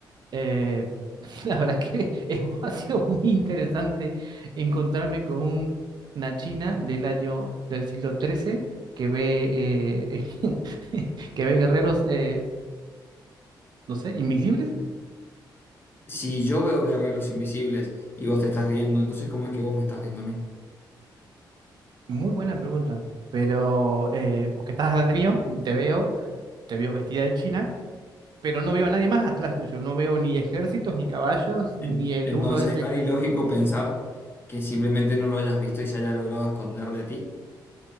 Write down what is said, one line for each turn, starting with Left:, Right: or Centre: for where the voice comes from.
Right: Eh, <laughs> la verdad que <laughs> es- ha sido muy interesante encontrarme con un- una china del año del siglo XIII que ve, eh, <laughs> que ve guerreros, eh, no sé, invisibles.
Left: Si yo veo guerreros invisibles y vos te estás riendo, entonces ¿cómo es que vos me estás viendo a mí?
Right: Muy buena pregunta, pero eh, porque estás delante mío, te veo, te veo vestida de china, pero no veo a nadie más atrás tuyo, no veo ni ejércitos, ni caballos, ni
Left: Sí.
Right: el
Left: Entonces
Right: uno ese
Left: es tan
Right: que
Left: ilógico
Right: decimos,
Left: pensar que simplemente no lo hayas visto y se haya logrado esconder de ti.